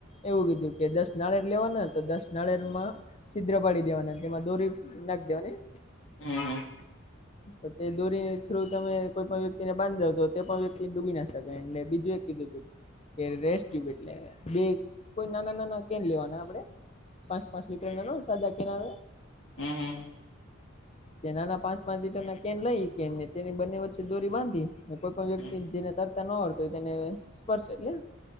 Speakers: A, on the left; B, on the left.
A: એવું કીધું કે દસ નાળેર લેવાના તો દસ માં છીદ્ર પાડી દેવાના તેમાં દોરી નાખ દેવાની
B: હમ્મ હમ.
A: તો તે દોરી થ્રુ તમે કોઈ પણ વ્યક્તિને બાંધાવ તો તે પણ વ્યક્તિ ડૂબી ના શકે ને બીજું એ કીધું તું કે રેસ્ટુબ એટલે બે કોઈ નાના નાના કેન લેવાના આપડે પાંચ પાંચ લીટર ના સાદા કે ના આવે
B: હમ્મ.
A: કે નાના પાંચ પાંચ લીટર ના કેન લઈ કેને તેની બંને વચ્ચે દોરી બાંધીને કોઈ પણ વ્યક્તિ
B: હમ
A: જેને તક ન હોડ હોય તેને સ્પર્શ એટલે